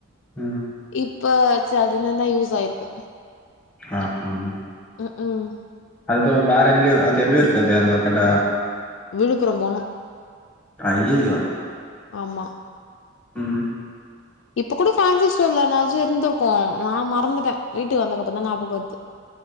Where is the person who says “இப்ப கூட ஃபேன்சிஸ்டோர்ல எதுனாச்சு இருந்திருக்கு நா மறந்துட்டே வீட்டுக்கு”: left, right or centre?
Left